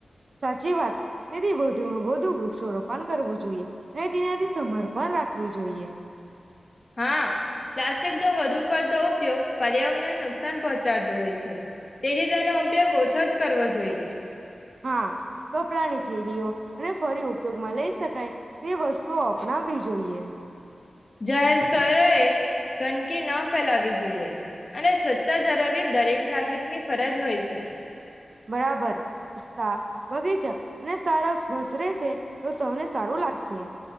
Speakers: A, on the right; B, on the left.
A: સાચી વાત તેથી વધુ વ વૃક્ષોોપણ કરવું જોઈએ અને તેનાથી સમર્પણ રાખવી જોઈએ
B: હા પ્લાસ્ટિક નો વધુ પડતો ઉપયોગ પર્યાવરણને નુકસાન પહોંચાડતું હોય છે તેથી તેનો ઉપયોગ ઓછો જ કરવો જોઈએ
A: હા કપડાની થેલીઓ અને ફરી ઉપયોગમાં લઈ શકાય તે વસ્તુઓ અપનાવવી જોઈએ
B: જાહેર સ્થરોએ ગંદકી ના ફેલાવી જોઈએ અને સ્વચ્છતા ધળવી દરેક નાગરિકની ફરજ હોય છે
A: બરાબર રસ્તા બગીચા અને સારા સ્વસ રહેશે તો સૌને સારું લાગશે